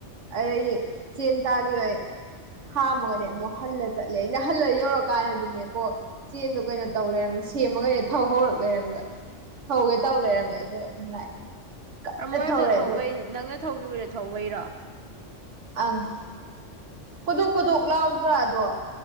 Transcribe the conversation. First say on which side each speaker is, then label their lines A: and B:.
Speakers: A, on the right; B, on the right.
A: ꯑꯗꯩꯗꯤ ꯆꯦꯟ ꯇꯥꯈꯤꯕ ꯈꯥꯝꯃꯒꯅꯦ ꯑꯃꯨꯛ ꯍꯜꯂ ꯆꯠꯂꯦ ꯑꯩꯅ ꯍꯜꯂ ꯌꯧꯔꯀꯥꯟꯗꯗꯤꯅꯦꯀꯣ ꯆꯦꯟꯗꯣ ꯀꯩꯅꯣ ꯇꯧ ꯂꯩꯔꯝꯃꯦ ꯁꯦꯝꯃꯒꯅꯦ ꯊꯧ ꯍꯧꯔꯛ ꯂꯩꯔꯝꯃꯦ ꯊꯧꯒꯦ ꯇꯧ ꯂꯩꯔꯝꯃꯦ ꯑꯗꯨꯗꯩ ꯑꯃꯨꯛ ꯂꯥꯛꯑꯦ ꯀꯟꯅ
B: ꯑꯃꯗꯨ
A: ꯊꯧꯔꯦ
B: ꯊꯧꯕꯩꯅꯤ
A: ꯑꯗꯣ
B: ꯅꯪꯅ ꯊꯧꯈꯤꯕꯗꯣ ꯊꯧꯕꯩꯔꯣ
A: ꯑꯪ ꯀꯣꯗꯣꯛ ꯀꯣꯗꯣꯛ ꯂꯥꯎꯗ꯭ꯔꯥ ꯑꯗꯣ